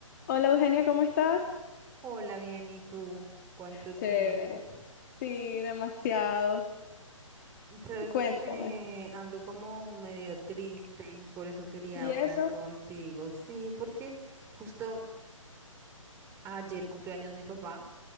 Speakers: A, on the left; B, on the right.
A: Hola Eugenio, ¿cómo estás?
B: Hola, bien, ¿y tú? ¿Cuánto
A: Chévere.
B: tiempo?
A: Sí, demasiado.
B: Sabes
A: Cuéntame.
B: que ando como medio triste, por eso quería
A: ¿Y
B: hablar
A: eso?
B: contigo. Sí, porque justo ayer cumplió años mi papá